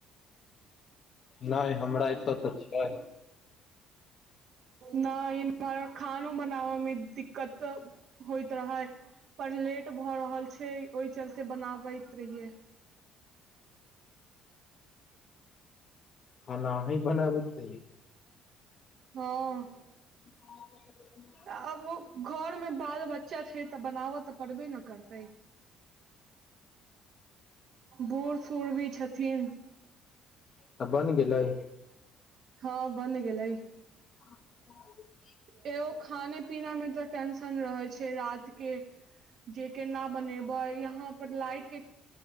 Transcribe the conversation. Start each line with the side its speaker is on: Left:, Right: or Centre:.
Left: नहि हमरा एतऽ तऽ छै
Right: नहि इम्हर खानो बनाबयमे दिक्कत होइत रहै पर लेट भऽ रहल छै ओहि चलते बनाबैत रहियै
Left: खाना अहीं बनाबैत रहियै
Right: हँ
Left: <inaudible>
Right: आब घरमे बाल बच्चा छै तऽ बनावत तऽ परबे न करतै बूढ़ सूढ़ भी छथिन
Left: तऽ बनि गेलै
Right: हँ बन गेलै
Left: <inaudible>
Right: एगो खाने पीना मे तऽ टेंशन रहे छै रात के जे केना बनेबै यहाँ पर लाइट के